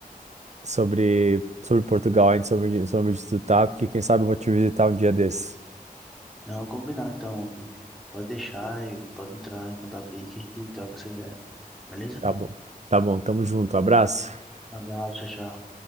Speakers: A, on the right; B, in the centre.
A: sobre, sobre Portugal, ainda sobre, sobre onde tu tá, porque quem sabe eu vou te visitar um dia desses.
B: Não, combinado então, Felipe. Pode deixar e pode entrar em contato aí que a gente troca essa ideia. Beleza?
A: Tá bom. Tá bom, tamo junto. Abraço.
B: Abraço, tchau, tchau.